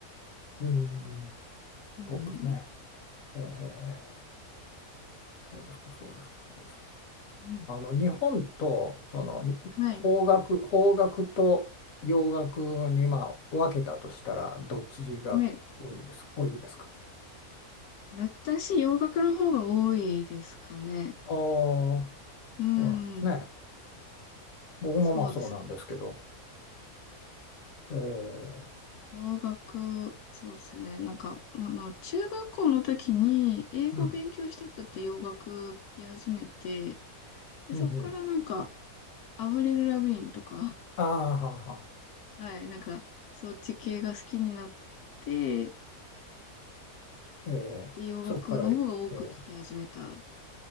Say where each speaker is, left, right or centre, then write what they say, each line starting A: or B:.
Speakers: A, on the left (about 65°); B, on the left (about 80°).
A: うん。
B: うんうん
A: ポップスね。ええそうですか、そうですか、そうですか。
B: うん。うん
A: あの、日本と、その、に邦楽、
B: はい。
A: 邦楽と洋楽に、まあ、分けたとしたら、どっちが多いですか、
B: はい。
A: 多いですか。
B: 私、洋楽の方が多いですかね。
A: ああ。そ
B: うん。
A: うなんですね。僕もまあそうなんですけど、
B: そうですね。
A: えー、
B: 洋楽、そうですね。なんか、ままあの、中学校の時に英語を勉強したくて洋楽聴き始めて、
A: うん、
B: で、
A: うん、
B: そっからなんか、
A: うん。
B: アブリル・ラビーンとか、
A: ああ、はんは
B: <laughs> はい、なんか、そっち系が好きになって、
A: ん。えー、
B: で、洋楽の方が多く聴き始めた
A: そこから、えー、